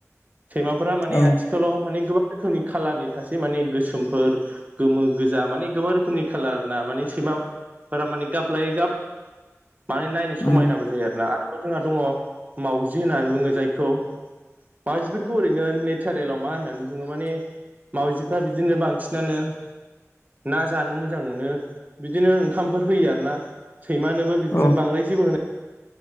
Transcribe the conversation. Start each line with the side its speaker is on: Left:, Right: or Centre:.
Right: सैमाफोरा माने
Left: औ
Right: आथिखाल आथिखालाव माने गोबां रोखोमनि खालारफोर थासै माने गोसोमफोर गोमो गोजा माने गोबां रोखोमनि खालार ना माने सैमा फोरा माने गाब लायै गाब माने नायनो
Left: उम
Right: समायनाबो जायो आरोना जोंहा दङ मावजि होननानै बुङो जायखौ माउजिफोरखौ ओरैनो ने सारेलाव मा होननानै बुङो माने मावजिफ्रा बिदिनो बांसिनानो ना जानो मोजां मोनो बिदिनो ओंखामफोर होयो आरोना सैमानोबो बिदिनो
Left: औ
Right: बांद्राय जेबो होनाय